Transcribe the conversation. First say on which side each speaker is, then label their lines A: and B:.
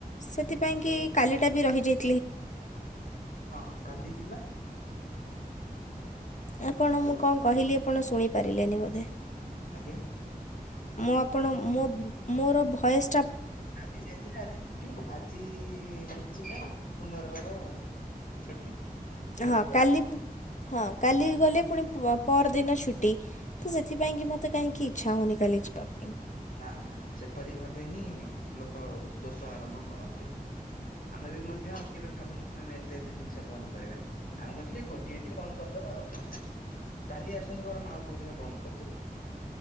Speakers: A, on the left (about 50°); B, on the left (about 70°).
A: ସେଥିପାଇଁକି କାଲିଟା ବି ରହିଯାଇ
B: <inaudible> ହଁ କାଲି ଯିବା
A: ଆପଣ
B: ହ୍ୟାଲୋ
A: ମୁଁ କଣ କହିଲି ଆପଣ ଶୁଣି ପାରିଲେନି ବୋଧେ
B: ଆଜ୍ଞା।
A: ମୁଁ ଆପଣ ମୋ ମୋର ଭଏସ୍
B: କାଲି ଯାଇଥିଲେ ଆଜି ଛୁଟି ଆଜି <unintelligible> ପୁନର୍ବାର ଛୁଟି। ରବିବାର
A: ହଁ କାଲି
B: ଦିନ
A: ହଁ କାଲି ଗଲେ ପୁଣି ପ ପରଦିନ ଛୁଟି ତ ସେଥିପାଇଁକି ମୋତେ କାହିଁକି ଇଚ୍ଛା ହେଉନି କାଲି ଯିବା କୁ
B: ନା ନା ସେପରି ଭାବେ ହିଁ ଲୋକ ଦୋଷ ଆରମ୍ଭ କରନ୍ତି। ଆମେ ବି ମଧ୍ୟ କେବେ ଭାବିିନଥିଲୁ ଆମେ ଏତେ ଏତେ ଜିନିଷ ବନ୍ଦ କରିବା ଆମେ କହିଥିଲୁ ଗୋଟିଏ ଟି ବନ୍ଦ କରିଦ ଆଉ କାଲି ଆସନ୍ତୁ ବରମ ଆଉ କୋଉ ଦିନ ବନ୍ଦ କରିଦେବେ।